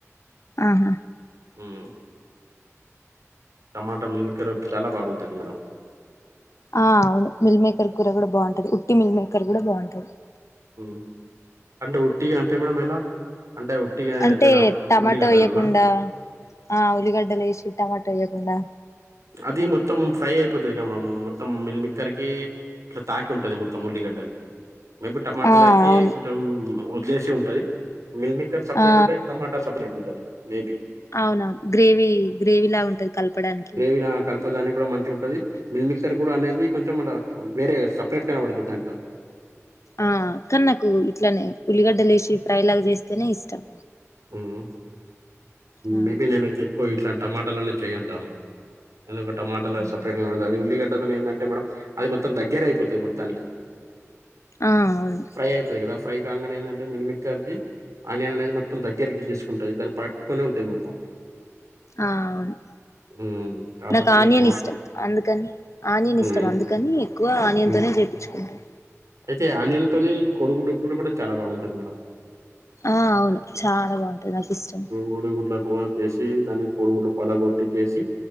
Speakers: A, on the left; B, on the right.
A: ఆహా
B: ఉమ్ టమాట మిల్‌కరబ్ చాలా బాగుంటది మేడం
A: ఆ అవును మిల్ మేకర్ కూర గూడా బాగుంటది ఉట్టి మిల్ మేకర్ గూడా బాగుంటది
B: ఉమ్ అంటే ఉట్టియి అంటే మేడమ్ ఎలా అంటే ఉట్టిగా
A: అంటే
B: ఏదైనా
A: టమాటో
B: ఉల్లిగడ్డలనా
A: వేయకుండా ఆ ఉల్లిగడ్డలు యేషి టమాట వేయకుండా
B: అది మొత్తం ఫ్రై అయిపోతదిగా మేడం మొత్తం మిల్ మేకర్కి ఇట్లా తాకి ఉంటది మొత్తం ఉల్లిగడ్డలు మేబీ టమాటలు
A: ఆ
B: అయితే
A: అవును
B: కొంచెం వదిలేసి ఉంటది మిల్ మె కర్ సపరేట్
A: ఆ
B: ఉంటది టమాటా సపరేట్ ఉంటది మేబీ
A: అవును అవును గ్రేవీ గ్రేవీ లా ఉంటది కలపడానికి
B: ఇలా కల్పడానికి గూడా మంచి గుంటది మిల్ మికర్ గూడా అనేది కొం తే మళ్ళ వేరే సపరేట్ కనబడతది దాంట్లో
A: ఆ కానీ నాకు ఇట్లనే ఉల్లిగడ్డలేసి ఫ్రై లాగా జేస్తనే ఇష్టం
B: ఉమ్
A: ఆ
B: మేబీ నేనైతే ఎక్కువ ఇట్లా టమాటాలనే చేయ్యంటాను ఎందుక టమాటాల
A: ఆహా!
B: సపరేట్ గనపడతది అది ఉల్లిగడ్డలనే ఎదంటే మేడం అది మొత్తం దగ్గర అయిపోతది మొత్తానికి
A: ఆ అవును
B: ఫ్రై అయితది గదా ఫ్రై కాంగనే ఏందంటే మిల్‌మిక్కర్‌కి ఆనియన్ అనేది మొత్తం దగ్గరికి దీసుకుంటది దాని పట్ కొని ఉంటాయి మొత్తం
A: ఆ అవును
B: మ్మ్ కాబట్టి
A: నాకు
B: ఇగ
A: ఆనియన్
B: టమాటా
A: ఇష్టం అందుకని ఆనియన్
B: మ్మ్
A: ఇష్టం అందుకని ఎక్కువ ఆనియన్
B: మ్మ్
A: తోనే జేపిచ్చుకుంటాం
B: అయితే ఆనియన్ తోని కోడిగుడ్ కూర గూడా చాలా బాగుంటది మేడం
A: ఆ అవును చాలా బాగుంటది నాకు ఇష్టం
B: కోడిగుడ్ల కూర చేసి దానికి కోడిగుడ్లు పలగొట్టి చేసి